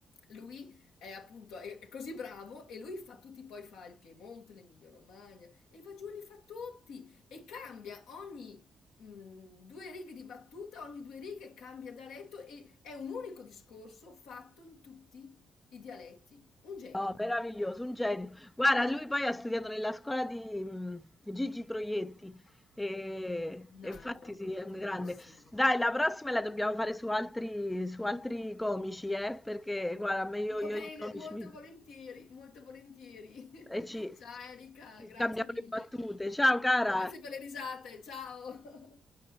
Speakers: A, on the left; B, on the left.
A: lui è appunto, è è così bravo e lui fa tutti, poi fa il Piemonte, l'Emilia Romagna e va giù e li fa tutti e cambia ogni mm, due righe di battuta, ogni due righe cambia dialetto e è un unico discorso fatto in tutti i dialetti. Un genio,
B: No, meraviglioso, un genio. Guarda, lui poi ha studiato nella scuola di mm, Gigi Proietti e,
A: un
B: e
A: altro,
B: infatti sì,
A: un
B: è
A: altro
B: un grande.
A: bravissimo.
B: Dai, la prossima la dobbiamo fare su altri, su altri comici, eh? Perché guarda, a me io,
A: Va
B: io
A: bene,
B: i comici
A: molto
B: mi-
A: volentieri, molto volentieri.
B: e ci,
A: <laughs> Ciao Erika,
B: ci
A: grazie
B: scambiamo
A: mille.
B: le battute. Ciao cara!
A: Grazie per le risate, ciao. <laughs>